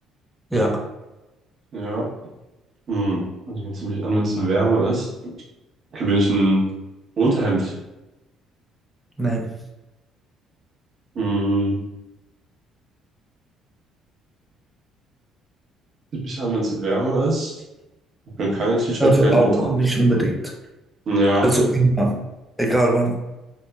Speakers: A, in the centre; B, on the right.
A: Ja.
B: Ja. Hm. Also man zieht mich an, wenn es wärmer ist. Okay, bin ich ein Unterhemd?
A: Nein.
B: Hm. Zieht mich an, wenn es wärmer ist? Ich bin kein T-Shirt,
A: Also
B: kein
A: auch,
B: Unterhemd.
A: nicht unbedingt.
B: Ja.
A: Also immer, egal wann.